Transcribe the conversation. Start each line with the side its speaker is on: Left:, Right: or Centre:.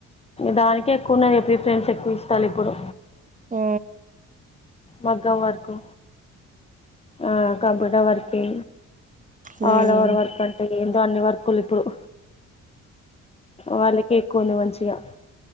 Left: దానికే ఎక్కువ ఉన్నది, ప్రిఫరెన్స్ ఎక్కువ ఇస్తాలిప్పుడు.
Right: ఆ
Left: మగ్గం వర్కు ఆ కంప్యూటర్ వర్కి
Right: um um
Left: all over work అంటె ఏం దాన్ని వర్కులిపుడు వాళ్ళకి కొందే మంచిగా